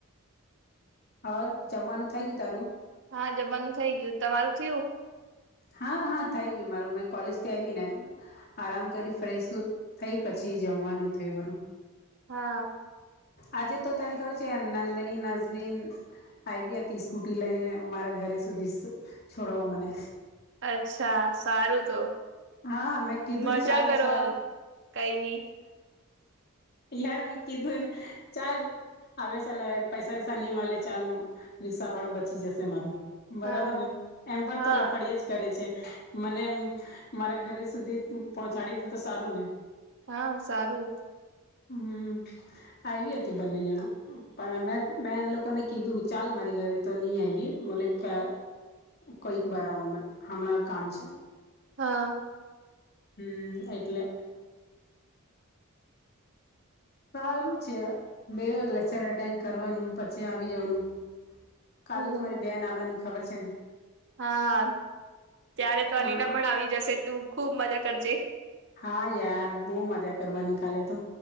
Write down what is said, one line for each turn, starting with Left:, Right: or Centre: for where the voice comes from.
Left: હર જમવાનું થાય ગયું તારું
Right: હા જમવાનું થઇ ગયું તમારું થયું
Left: હા હા થઈ ગયું માર મે કોલેજ થી આવી ને આરામ કરી ફ્રેશ થઈ પછી એ જમવાનું થયું બરું
Right: હા
Left: આજે તો તને ખબર છે નંદની નઝમીન આવી હતી સ્કૂટી લઈને મારા ઘરે સુધી છોડવા મને
Right: અચ્છા સારું તો
Left: હા મેં કીધું
Right: મજા
Left: ચાલ
Right: કરો
Left: ચાલ
Right: કઈ નઈ
Left: યાર મે કીધુંને ચાલ આગળ ચા પૈસા એૈસા નહી મળે ચાલ રિક્ષા ભાડું બચી જશે મારું
Right: હા
Left: બરોબર ને એમ પણ
Right: હા
Left: તો રખડીય જ કરે છે મને મારા ઘરે સુધી પહોંચાડી દે તો સારુંને
Right: હા સારું
Left: હમ આવી હતી બંને જણા પણ મે મેં એ લોકોને કીધું ચાલ મારી ઘરે તો ની આયવી બોલ કે કોઈક બરા હું મેં હમણાં કામ છે
Right: હા
Left: હમ એટલે સારું છે બે લેક્ચર એટેન્ડ કરવાનું પછી આવી જવાનું કાલે
Right: હમ
Left: તો મારી બેન આવવાની ખબર છે ને
Right: હા ત્યારે તો
Left: હા
Right: અલીના પણ આવી જશે તું ખુબ મજા કરજે
Left: હા યાર બહુ મજા કરવાની કાલે તો